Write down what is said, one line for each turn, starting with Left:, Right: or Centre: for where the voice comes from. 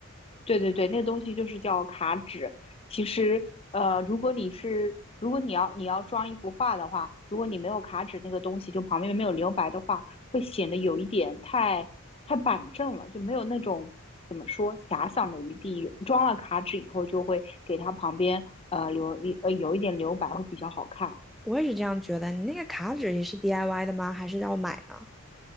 Left: 对对对，那个东西就是叫卡纸。其实，呃，如果你是如果你要你要装一幅画的话，如果你没有卡纸那个东西，就旁边没有留白的话，会显得有一点太太板正了，就没有那种怎么说遐想的余地。装了卡纸以后，就会给它旁边呃留一呃有一点留白，会比较好看。
Centre: 我也是这样觉得。你那个卡纸也是 DIY 的吗？还是要买呢？